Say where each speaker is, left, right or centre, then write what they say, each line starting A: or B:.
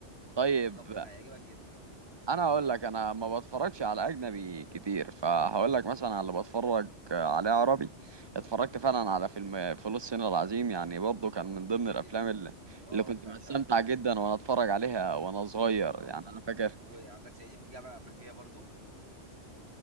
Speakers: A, on the right; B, on the right.
A: طيب
B: بالظبط فهيعجبك جدا
A: انا هقول لك انا ما بتفرجش على اجنبي كتير فهقول لك مثلا على اللي
B: تمام
A: بتفرج عليه عربي اتفرجت فعلا على فيلم فول الصين العظيم يعني برضه كان من ضمن
B: جميل
A: الافلام
B: جدا
A: اللي,
B: اه
A: اللي كنت
B: بعشقه
A: بستمتع جدا وانا اتفرج عليها وانا صغير
B: اه
A: يعني انا فاكر
B: وعندك صعيدي في الجامعه الامريكيه برضو